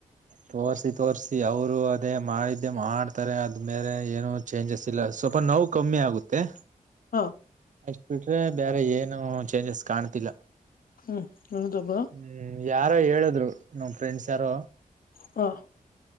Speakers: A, on the right; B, on the left.
A: ತೋಸ್ರಿ ತೋ ಸ್ರಿಅವರು ಅದೇ ಮಾಡಿದ್ದೆ ಮಾಡ್ತಾರೆ ಅದ ಮೇಲೆ ಏನು ಚೇಂಜಸ್ ಇಲ್ಲ ಸ್ವಲ್ಪ ನೋವು ಕಮ್ಮಿ ಆಗುತ್ತೆ
B: ಹಾ
A: ಅಷ್ಟ ಬಿಟ್ರೆ ಬೇರೆ ಏನು ಚೇಂಜಸ್ ಕಾಣ್ತಿಲ್ಲ
B: ಹ್ಮ್ ಹೌದ ಬ್ರೋ
A: ಹ್ಮ್ ಯಾರೋ ಹೇಳಿದ್ರು ನಮ ಫ್ರೆಂಡ್ಸ್ ಯಾರೋ
B: ಹಾ